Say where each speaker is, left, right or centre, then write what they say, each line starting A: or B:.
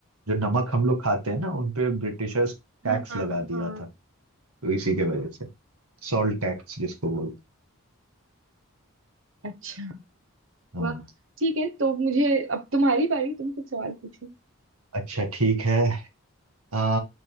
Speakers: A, on the right (about 90°); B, on the right (about 60°).
A: जो नमक हम लोग खाते हैं ना उन पे ब्रिटिशर्स टैक्स
B: हाँ हाँ
A: लगा दिया था तो इसी के वजह से सॉल्ट टैक्स जिसको बोलते
B: अच्छा
A: हैं हाँ
B: वाह ठीक है तो मुझे अब तुम्हारी बारी तुम कुछ सवाल पूछो
A: अच्छा ठीक है आ,